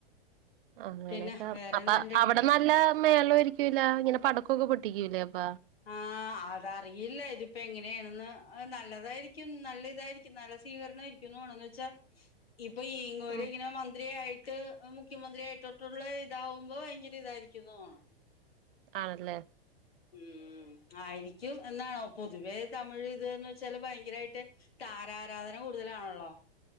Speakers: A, on the right; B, on the left.
A: അങ്ങനെയൊക്കെ
B: പിന്നെ
A: അർ
B: വേറെ
A: അപ്പ
B: എന്തുണ്ട്
A: അവിടെ നല്ല മേളരികൊല്ലോ ഇങ്ങനെ പടക്കക്കെ പൊട്ടിക്കൂലേ അപ്പാ
B: ആഹ് അ അതറിയില്ല ഇതിപ്പോ എങ്ങനെയാണെന്ന് നല്ലതായിരിക്കും നല്ലി ഇതായിരിക്കും നല്ല സ്വീകരണയിരിക്കും മൊണന്ന് വെച്ചാ ഇപ്പൊ ഇങ്ങൊര്
A: ഉം.
B: ഇങ്ങനെ മന്ത്രിയായി ഇട്ട് മുഖ്യമന്ത്രിയായിട്ടോട്ടുള്ള ഇതാവുമ്പോ ഭയങ്കര ഇതായിരിക്കുന്നു തോന്നണ്
A: ആണെല്ലേ
B: ഉം ആയിരിക്കും എന്നാണോ പൊതുവേ തമിഴ് ഇത് എന്ന് വച്ചാല് ഭയങ്കരായിട്ട് താരാരാധന കൂടുതലാണല്ലോ